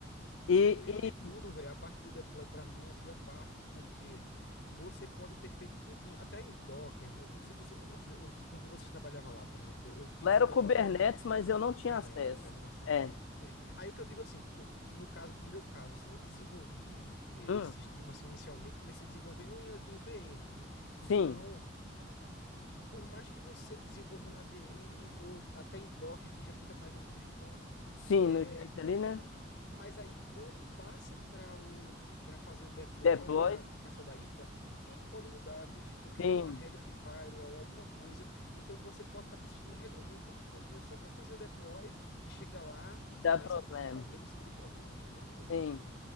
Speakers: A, on the left (about 85°); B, on the left (about 65°).
A: E,
B: E o pior de tudo,
A: e
B: velho, a parte do deploy pra mim é a pior parte, porque você pode ter feito tudinho, até em Docker. vo- Não sei se você, eu não sei o que- com que vocês trabalhavam lá, por exemplo. Eu fiz
A: lá era
B: Docker,
A: o Kubernetes,
B: fiz
A: mas eu não tinha
B: Kubernetes,
A: acesso.
B: é mais avançado.
A: É.
B: É, Aí o que eu digo assim, co- no caso, meu caso, assim, eu desenvolvi eh,
A: Hum,
B: esse sistema assim inicialmente, comecei desenvolvendo em, em VM.
A: sim,
B: Então, por mais que você desenvolva na VM ou até em Docker que já fica mais ou menos pronto,
A: sim,
B: eh,
A: no jeito ali, né?
B: Mas aí, quando passa para o para fazer o deploy
A: Deploy?
B: lá com o pessoal da infra, tudo pode mudar, bicho, porque
A: Sim,
B: uma regra de firewall, alguma coisa. Então, você pode estar com o sistema redondinho, tudo prontinho, só para fazer o deploy e chega lá,
A: dá
B: começa
A: problema.
B: problema em cima de problema, velho. É muito
A: Sim.
B: ruim isso aí.